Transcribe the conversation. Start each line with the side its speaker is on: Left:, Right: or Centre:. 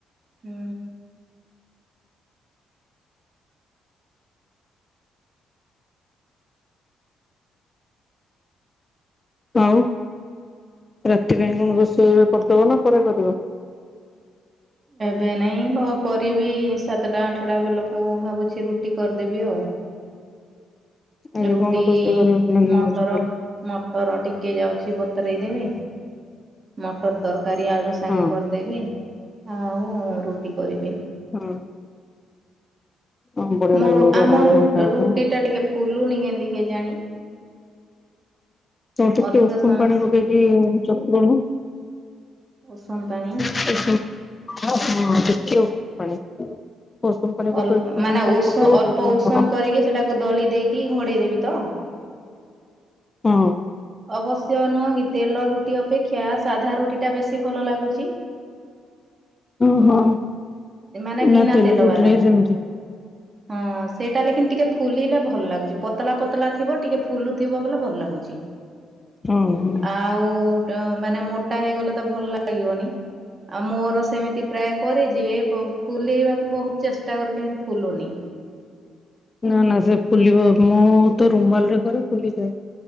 Right: ହୁଁ।
Left: ଆଉ ରାତି ପାଇଁ କଣ ରୋଷେଇ କରିଦବ ନା ପରେ କରିବ।
Right: ଏବେ ନାଇଁ କରିବି ସାତଟା ଆଠଟା ବେଲକୁ ଭାବୁଛି ରୁଟି କରିଦେବି ଆଉ।
Left: ଆଜି
Right: ରୁଟି
Left: କଣ ରୋଷେଇ କରିବ ପ୍ଲାନିଂ
Right: ମଟର
Left: ଅଛି ତାହେଲେ
Right: ମଟର ଟିକେ ଯାଉଛି ବତରେଇ ଦେବି, ମଟର ତରକାରୀ ଆଳୁ ସାଙ୍ଗେ
Left: ହଁ
Right: କରିଦେବି ଆଉ ରୁଟି କରିବି।
Left: ହଁ। ହଁ ବଢିଆ
Right: ମୋର
Left: ଲାଗିବ ଗରମ
Right: ଆମର
Left: ଗରମ ଖାଇବା
Right: ରୁଟି
Left: ପାଇଁ ଆଉ
Right: ଟା ଟିକେ ଫୁଲୁନି କେତି କେଜାଣି।
Left: ଆ ଟିକେ
Right: ଅଧିକ
Left: ଉଷୁମ
Right: ସମୟ
Left: ପାଣି ପକେଇକି ଚକୁଡୁଣୁ।
Right: ଉଷୁମ ପାଣି।
Left: <unintelligible> ହଁ ହଁ ଟିକେ ଉଷୁମ ପାଣି। <unintelligible>
Right: ଅଳ୍ପ ମାନେ ଉଷ ଅଳ୍ପ
Left: ବଢିଆ
Right: ଉଷୁମ
Left: ନରମ।
Right: କରିକି ସେଟାକୁ ଦଳି ଦେଇକି ଘୋଡ଼େଇ ଦେବି ତ
Left: ହଁ।
Right: ଅବଶ୍ୟ ନୁହେଁ କି ତେଲ ରୁଟି ଅପେକ୍ଷା ସାଧା ରୁଟିଟା ବେଶୀ ଭଲ ଲାଗୁଛି।
Left: ଅ ହଁ।
Right: ଏମାନେ ବିନା
Left: ନା
Right: ତେଲ
Left: ରୁଟିରେ
Right: ବାଲା।
Left: ସେମିତି
Right: ହଁ ସେଇଟା ହେଲେ କିନ୍ ଟିକେ ଫୁଲିଲେ ଭଲ ଲାଗୁଚି। ପତଲା ପତଲା ଥିବ ଟିକେ ଫୁଲୁଥିବ ବଲେ ଭଲ ଲାଗୁଚି।
Left: ହଁ ହଁ।
Right: ଆଉ ମାନେ ମୋଟା ହେଇଗଲେ ତ ଭଲ ଲାଗିବନି। ଆଉ ମୋର ସେମିତି ପ୍ରାୟ କରେ ଯେ ଫ ଫୁଲେଇବାକୁ ବହୁତ ଚେଷ୍ଟା କରଲି କିନ୍ତୁ ଫୁଲୁନି।
Left: ନା ନା ସେ ଫୁଲିବ ମୁଁ ତ ରୁମାଲ ରେ କରେ ଫୁଲିଯାଏ।